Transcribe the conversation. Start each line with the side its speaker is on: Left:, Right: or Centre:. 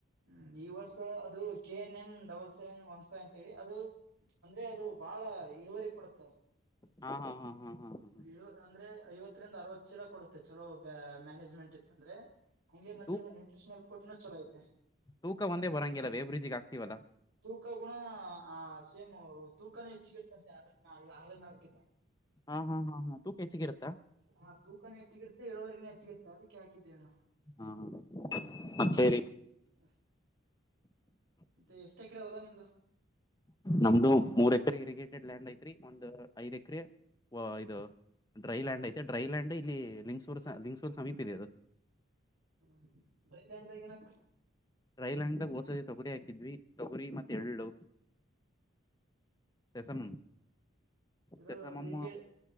Right: ಹ್ಮ ಈ ವರ್ಷ ಅದು K N M double seven one five ಅಂತ ಹೇಳಿ ಅದು <unintelligible> ಅಂದ್ರೆ ಅದು ಬಹಳ ಇಳುವರಿ ಕೊಡುತ್ತೆ
Left: ಹಾ ಹಾ ಹಾ ಹಾ ಹಾ ಹಾ
Right: ಇಳ ಅಂದ್ರೆ ಐವತ್ತರಿಂದ ಅರವತ್ತು ಚಿಲ ಕೊಡುತ್ತೆ ಚಲೋ ಬ ಮ್ಯಾನೇಜ್ಮೆಂಟ್ ಇತ್ತ ಅಂದ್ರೆ ಹಂಗೆ ಮತ್ತೆ
Left: ತೂಕ
Right: ಅದು ನ್ಯೂಟ್ರಷನಲ್ ಪೋಟ್ ಚಲೋ ಐತೆ
Left: ತೂಕ ಒಂದ ರಂಗಿಲ್ಲಲ್ಲ ವೇಬ್ರಿಜಿಗೆ ಆಗ್ತಿವಲ್ಲ
Right: ತೂಕ ಗುಣ ಆ ಸೇಮ್ ತೂಕಾನ ಹೆಚ್ಚಗಿರ್ತಂತೆ ಆರ ಆರನ್ ಆರ್ಗ
Left: ಹಾ ಹಾ ಹಾ ಹಾ ತೂ ಕ ಹೆಚ್ಚಗಿತ್ತಾ
Right: ಹಾ ತೂಕನೇ ಹೆಚ್ಚಿತ್ತೆ ಇಳುವರಿನ ಹೆಚ್ಚಿತ್ತೆ ಅದಕ್ಕೆ ಹಾಕಿದ್ದೇವನು
Left: ಹ್ಮ ಹ ಮತ್ತರಿ
Right: <inaudible> ಮತ್ತೆ ಎಷ್ಟ ಹಾಕಿರಾವಲ್ಲ ನಿಮ್ದು
Left: ನಮ್ದು ಮೂರ್ ಎಕರೆ ಇರಿಗೇಟೆಡ್ ಲ್ಯಾಂಡ್ ಐತ್ರಿ ಒಂದ್ ಐದ್ ಎಕರೆ ಇದು ಡ್ರೈಲ್ಯಾಂಡ್ ಐ ಡೈ ಲ್ಯಾ್ ಇಲ್ಲಿ ಲಂಗಸೂ ಲಿಂಗ್ೂರ್ ಸಮೀ ಇದೆ ಅದು
Right: ಹ್ಮ ಬೈದಾಣದಾಗ ಏನ್ತ
Left: ರೈಲಂಗದಾಗ ೋಸದ ತೊಗುರಿ ಹಾಕಿದ್ವಿ ತೊಗುರಿ ಮತ್ತೆ ಎಳ್ಳು ದಸಮ
Right: ಇದು
Left: ಸಸಮಮ್ಮ
Right: ನೀರ್ಗ